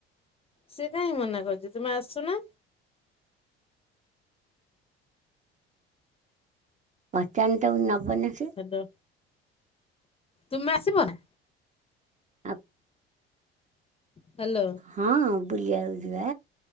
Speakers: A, on the left; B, on the right.
A: ସେ କାହିଁ ମନା କରୁଛି ତୁମେ ଆସଛ ନା
B: ବଚାଟ ନ ଭନକ
A: ହ୍ୟାଲୋ। ତୁମେ ଆସିବ ନା
B: ହ
A: ହ୍ୟାଲୋ
B: ହଁ ପୁଲଆ ିବା